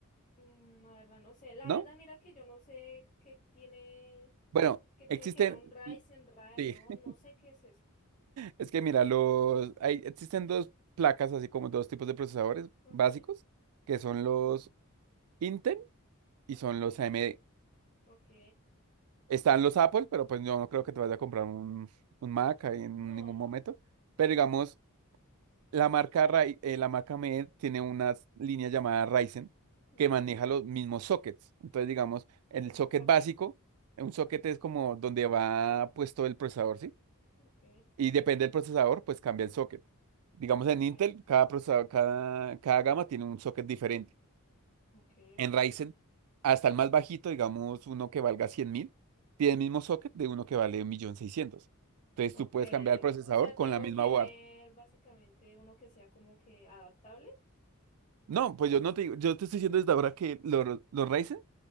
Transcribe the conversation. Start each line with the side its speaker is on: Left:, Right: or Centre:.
Left: Mm, La verdad no sé. La
Right: ¿no?
Left: verdad, mira que yo no sé qué tiene,
Right: Bueno,
Left: qué tiene
Right: existen,
Left: que ver un Ryzen,
Right: sí,
Left: Radeon,
Right: <laughs>
Left: no sé qué es eso.
Right: es que mira, los, hay, existen dos placas, así como dos tipos de procesadores
Left: Ok,
Right: básicos, que son los Intel y
Left: ok,
Right: son los AMD.
Left: ok.
Right: Están los Apple, pero pues yo no creo que te vayas a comprar un, un Mac ahí en
Left: No,
Right: ningún
Left: no.
Right: momento. Pero digamos, la marca, Rai- eh, la marca MED tiene una línea llamada Ryzen
Left: Ujú.
Right: que maneja los mismos sockets. Entonces, digamos, el
Left: ¿Qué es
Right: socket
Left: un socket?
Right: básico, un socket es como donde va puesto el procesador, ¿sí?
Left: Ok,
Right: Y depende del procesador, pues cambia el socket. Digamos,
Left: ok,
Right: en Intel, cada procesador, cada, cada gama tiene un socket diferente
Left: ok,
Right: en
Left: ok.
Right: Ryzen, hasta el más bajito, digamos uno que valga cien mil, tiene el mismo socket de uno que vale 1.600.000. Entonces
Left: Ok,
Right: tú puedes cambiar el procesador
Left: o sea,
Right: con
Left: tengo
Right: la misma
Left: que
Right: board.
Left: ver básicamente uno que sea como que adaptable.
Right: No, pues yo no te digo, yo te estoy diciendo desde ahora que los, los Ryzen